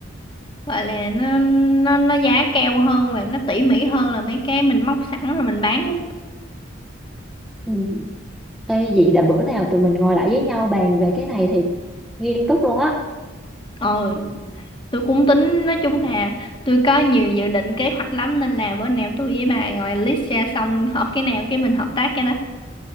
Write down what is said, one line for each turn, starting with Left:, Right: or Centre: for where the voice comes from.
Left: gọi là nó nó nó giá cao hơn và nó tỉ mỉ hơn là mấy cái mình móc sẵn rồi mình bán á
Centre: ừ Ê, vậy là bữa nào tụi mình ngồi lại với nhau bàn về cái này thì nghiêm túc luôn á
Left: ờ tôi cũng tính nói chung là tôi có nhiều dự định kế hoạch lắm nên là bữa nào tôi với bà ngồi list ra xong hợp cái nào cái mình hợp tác cái đó